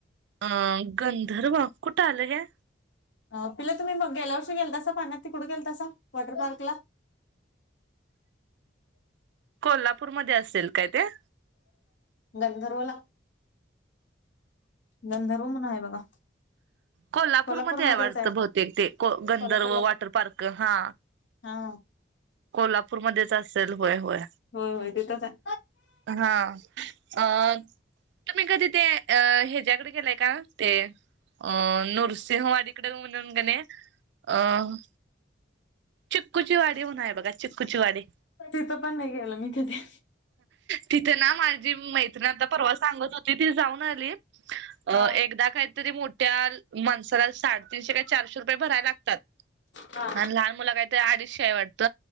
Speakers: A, on the right; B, on the left.
A: अ गंधर्व कुट आले हे.
B: अ पिला तुम्ही मग गेल्या वर्षी गेलतासा पाण्यात तिकड की कुठे गेलता अससा वॉटर पार्कला.
A: कोल्हापूर मध्ये असेल काय ते.
B: गंधर्वला गंधर्व म्हणून आहे बघा.
A: कोल्हापूर
B: कोल्हापूरमध्येच
A: मध्ये ये वाटत
B: आहे
A: बहुतेक ते को गंधर्व
B: कोल्हापूरलाच
A: वॉटर पार्क हा.
B: आहे हा
A: कोल्हापूरमध्येच असेल होय होय.
B: होय होय तिथेच ये.
A: हा अ तुम्ही कधी ते अ ह्यांच्याकडे गेलाय का ते अ नृसिंहवाडी कडे म्हणून का नाय. अं चिक्कूची वाडी होन आहे बघा चिक्कूची वाडी
B: तिथं पण नाही गेलं मी कधी.
A: तिथे ना माझी मैत्रिण आता परवा सांगत होती ती जाऊन आली अ
B: हा
A: एकदा काहीतरी मोठ. त्या माणसाला साडेतीनशे का चारशे रुपये भरायला लागतात
B: हा
A: आणि लहान मुला. अडीचशे वाटत